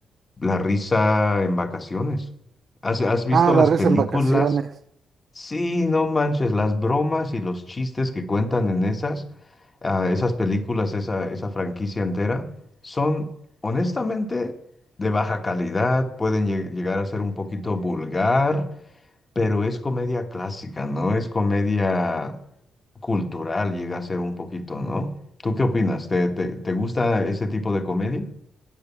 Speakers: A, on the left; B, on the right.
A: La risa en vacaciones. ¿Has, has visto
B: Ah,
A: las
B: la risa
A: películas?
B: en vacaciones.
A: Sí, no manches, las bromas y los chistes que cuentan en esas, ah, esas películas, esa, esa franquicia entera, son honestamente de baja calidad, pueden lle- llegar a ser un poquito vulgar, pero es comedia clásica, ¿no? Es comedia cultural, llega a ser un poquito, ¿no? ¿Tú qué opinas? ¿Te, te, te gusta ese tipo de comedia?